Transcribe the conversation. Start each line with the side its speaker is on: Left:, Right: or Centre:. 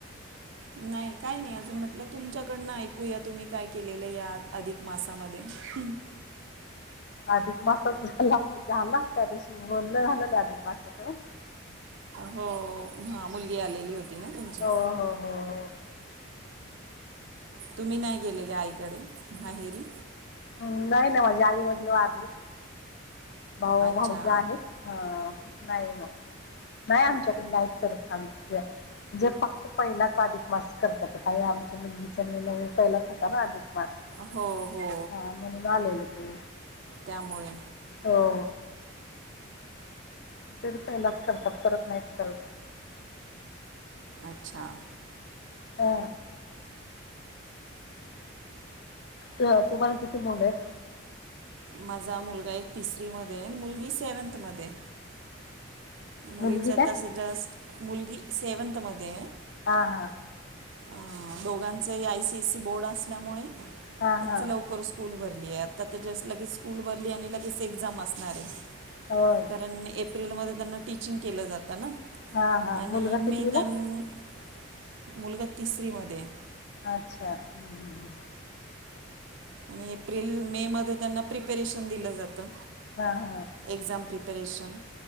Right: नाही,, काही नाही,, अजून म्हटलं तुमच्याकडनं ऐकूया,, तुम्ही काय केलेलं या अधिक मासामध्ये हम.
Left: अधिक मासाच झाल. त्या दिवशी बोलण झालं ना अधिक मासाच?
Right: हो -मुलगी आलेली होती. ना तुमची
Left: हो हो हो हो.
Right: तुम्ही नाही गेलेल्या आईकडे माहेरी?
Left: हम्. नाही ना माझ्या आईवडिल वारलेत. भाऊ
Right: अच्छा
Left: भाऊज आहेत? नाही आमच्याकडं नाहीत करत आम्ही. जे फक्त पहिलाच अधिक मास करतात. का हे आमच्या मुलगीचा पहिलाच होता ना अधिक- मास
Right: हो हो.
Left: हा म्हणून आलेले ते
Right: त्यामुळे.
Left: हो. दीड पहिलाच करतात परत नाहीत करत.
Right: अच्छा.
Left: हा. तुम्हाला किती मुलं आहेत?
Right: माझा मुलगा एक तिसरी मध्येए मुलगी सेव्हन्थ मध्येए. मुलीच
Left: मुलगी काय
Right: तस जस्ट मुलगी सेव्हनथ मध्ये.
Left: हा हा.
Right: अ. दोघांचही I C S C board असल्यामुळे
Left: हा
Right: त्यांच
Left: हा
Right: लवकर स्कूल भरत. आता तर जस्ट स्कूल भरली आणि लगेच एक्झाम असणार आहे.
Left: होय
Right: कारण एप्रिल- एप्रिलमध्ये त्यांना टीचिंग केलं जातं ना?
Left: हा हा
Right: आणि
Left: मुलगा
Right: मे
Left: कितवीला
Right: त्यां
Left: आहे?
Right: मुलगा तिसरी मध्ये आहे.
Left: अच्छा. हम्म, हम्म.
Right: आणि एप्रिल मे मध्ये त्यांना प्रिपरेशन दिलं जातं.
Left: हा हा
Right: एक्झाम प्रिपरेशन.